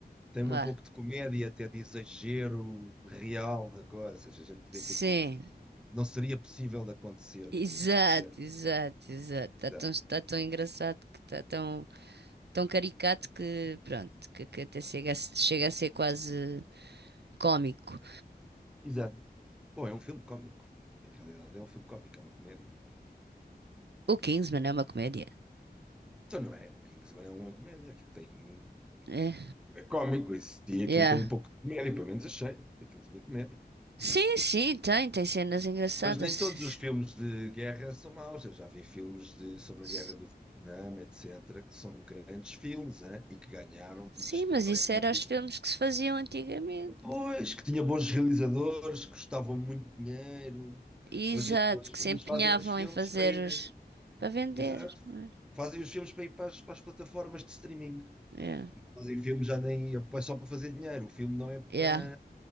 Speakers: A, in the centre; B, on the right (about 80°).
A: tem
B: vá.
A: um pouco de comédia, até de exagero real da coisa. Ou seja, a gente
B: Sim,
A: vê que aquilo não, não seria possível de acontecer
B: Exato,
A: eh, na vida real.
B: exato, exato. Está
A: Exato.
B: tão, tá tão engraçado que está tão, tão caricato que, pronto, que, que até chega a, se- chega a ser quase cómico.
A: Exato. Bom, é um filme cómico. Em realidade, é um filme cómico, é uma comédia.
B: O Kingsman é uma comédia.
A: Então, não é? O Kingsman é uma comédia. Aquilo tem.
B: É,
A: É cómico, isso. e
B: yeah.
A: aquilo tem um pouco de comédia, pelo menos achei que aquilo tinha comédia.
B: Sim, sim, tem, tem cenas engraçadas.
A: Mas nem todos
B: S-
A: os filmes de guerra são maus. Eu já vi filmes de, sobre
B: s-
A: a guerra do Vietnã, etc., que são grandes filmes, hein? E que ganharam
B: Sim,
A: muitos de
B: mas
A: prémios.
B: isso era os filmes que se faziam antigamente.
A: Pois, que tinha bons realizadores, que custavam muito dinheiro.
B: Exato,
A: Hoje em dia os filmes
B: que se empenhavam
A: fazem os filmes
B: em fazer
A: para ir
B: os
A: eh,
B: para vender.
A: Exato.
B: não é?
A: Fazem os filmes para ir para as, para as plataformas de streaming.
B: Yeah.
A: Fazem filmes já nem é só para fazer dinheiro. O filme não é para,
B: Yeah.